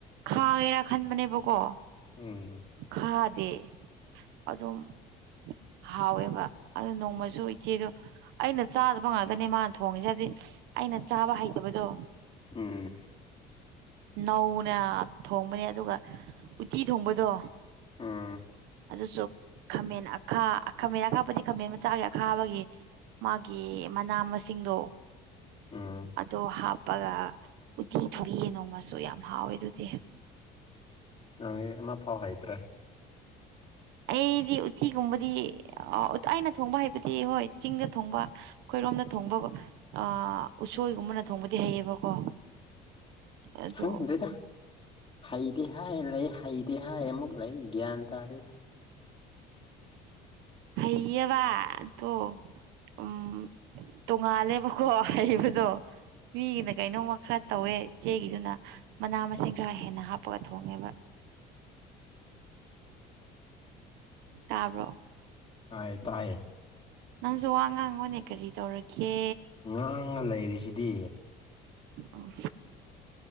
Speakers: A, on the right (about 80°); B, on the left (about 30°).
A: ꯈꯥꯡꯉꯦꯔꯥ ꯈꯟꯕꯅꯦꯕꯀꯣ
B: ꯎꯝ
A: ꯈꯥꯗꯦ ꯑꯗꯨꯝ ꯍꯥꯎꯋꯦꯕ ꯑꯗꯨ ꯅꯣꯡꯃꯁꯨ ꯏꯆꯦꯗꯣ ꯑꯩꯅ ꯆꯥꯗꯕ ꯉꯥꯛꯇꯅꯦ ꯃꯥ ꯊꯣꯡꯉꯦꯁꯤ ꯍꯥꯏꯗꯤ ꯑꯩꯅ ꯆꯥꯕ ꯍꯩꯇꯕꯗꯣ
B: ꯎꯝ
A: ꯅꯧꯅ ꯊꯣꯡꯕꯅꯦ ꯑꯗꯨꯒ ꯎꯠꯇꯤ ꯊꯣꯡꯕꯗꯣ
B: ꯎꯝ
A: ꯑꯗꯨꯁꯨ ꯈꯥꯃꯦꯟ ꯥ ꯈꯥꯃꯦꯟ ꯑꯈꯥꯄꯗꯤ ꯈꯥꯃꯦꯟ ꯃꯆꯥꯒꯤ ꯑꯈꯥꯕꯒꯤ ꯃꯥꯒꯤ ꯃꯅꯥ ꯃꯁꯤꯡꯗꯣ
B: ꯎꯝ
A: ꯑꯗꯣ ꯍꯥꯞꯄꯒ ꯎꯠꯇꯤ ꯊꯣꯡꯉꯦ ꯅꯣꯡꯃꯁꯨ ꯌꯥꯝ ꯍꯥꯎꯋꯦ ꯑꯗꯨꯗꯤ
B: ꯅꯥꯩ ꯑꯃ ꯐꯥꯎ ꯍꯩꯇ꯭ꯔꯦ <inaudible> <unintelligible>
A: ꯑꯩꯗꯤ ꯎꯠꯇꯤꯒꯨꯝꯕꯗꯤ ꯑꯩꯅ ꯊꯣꯡꯕ ꯍꯥꯏꯕꯗꯤ ꯍꯣꯏ ꯆꯤꯡꯗ ꯊꯣꯡꯕ ꯑꯩꯈꯣꯏꯔꯣꯝꯗ ꯊꯣꯡꯕ ꯑ ꯎꯁꯣꯏꯒꯨꯝꯕꯅ ꯊꯣꯡꯕꯗꯤ ꯍꯩꯌꯦꯕꯀꯣ ꯑꯗꯣ
B: ꯈꯪꯗꯦꯗ ꯍꯩꯇꯦ ꯍꯥꯏ ꯂꯩ ꯍꯩꯇꯦ ꯍꯥꯏ ꯑꯃꯨꯛ ꯂꯩ ꯒ꯭ꯌꯥꯟ ꯇꯥꯗꯦ
A: ꯍꯩꯌꯦꯕ ꯑꯇꯣ ꯎꯝ ꯇꯣꯡꯉꯥꯜꯂꯦꯕꯀꯣ ꯍꯩꯕꯗꯣ ꯃꯤꯒꯤꯅ ꯀꯩꯅꯣꯝꯃ ꯈꯔ ꯇꯧꯋꯦ ꯏꯆꯦꯒꯤꯗꯨꯅ ꯃꯅꯥ ꯃꯁꯤꯡ ꯈꯔ ꯍꯦꯟꯅ ꯍꯥꯞꯄꯒ ꯊꯣꯡꯉꯦꯕ ꯇꯥꯕꯔꯣ
B: ꯇꯥꯏ ꯇꯥꯏꯌꯦ
A: ꯅꯪꯁꯨ ꯋꯥ ꯉꯥꯡꯉꯣꯅꯦ ꯀꯔꯤ ꯇꯧꯔꯀꯦ
B: ꯉꯥꯡꯉꯥ ꯂꯩꯔꯤꯁꯤꯗꯤ
A: ꯑꯣ